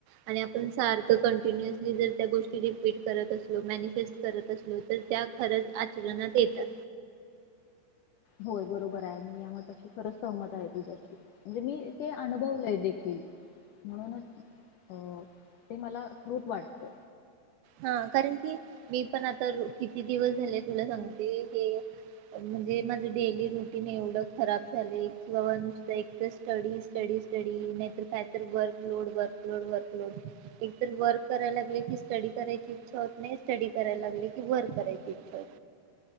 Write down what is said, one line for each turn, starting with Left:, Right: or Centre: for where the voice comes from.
Right: आणि आपण सारख कंटिन्युअसली जर त्या गोष्टी रिपीट करत असलो मॅनिफेस्ट करत असलो तर त्या खरंच आचरणात येतात
Left: होय बरोबर आहे मी या मशी खरच सहमत आहे तुझ्याशी म्हणजे मी ते अनुभवलय देखील म्हणूनच अ ते मला स््रृत वाटत.
Right: हा कारण की मी पण आता किती दिवस झाले तुला सांगते हे म्हणजे माझ डेली रुटीन एवढं खराब झालं बावा नुसत एक स्टडी, स्टडी स्टडी नाहीतर कायत workload work load work load एकत वर्क करायला लागले की स्टडी करायची इच्छा होत नाही स्टडी करायला लागली की वर्क करायची इचछा होत